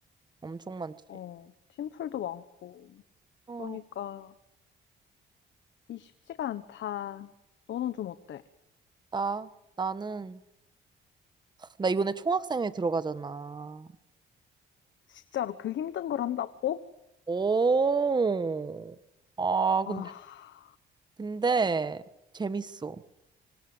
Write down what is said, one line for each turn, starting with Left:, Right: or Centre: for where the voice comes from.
Right: 엄청 많지.
Left: 어, 팀플도 많고.
Right: 어,
Left: 그러니까 이 쉽지가 않다. 너는 좀 어때?
Right: 나, 나는, 나 이번에 총학생회 들어가잖아.
Left: 진짜로 그 힘든 걸 한다고?
Right: 오. 아, 근데,
Left: 아, <laughs>
Right: 근데, 재밌어.